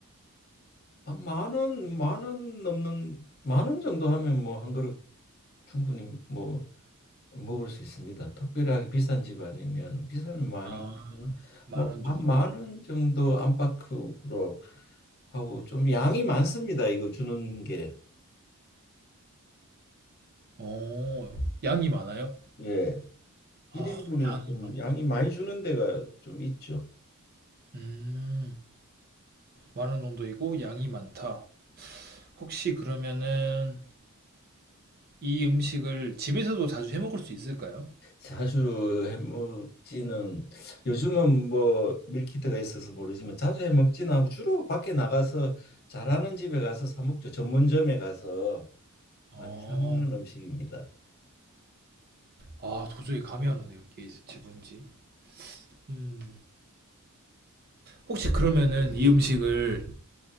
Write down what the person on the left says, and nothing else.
만 원, 만원 넘는 만원 정도 하면 뭐 한 그릇 충분히 뭐 먹을 수 있습니다. 특별하게 비싼 집 아니면 비싸면 많이
뭐
지만뭐원
정도 안팎으로 하고 좀 양이 많습니다. 이거 주는 게.
예. 1인분이
좀
양이 많이 주는 데가 좀 있죠.
자주 해먹지는 요즘은 뭐 밀키트가 있어서 모르지만 자주 해먹지는 않고 주로 밖에 나가서 잘하는 집에 가서 사 먹죠. 전문점에 가서
많이 사 먹는 음식입니다.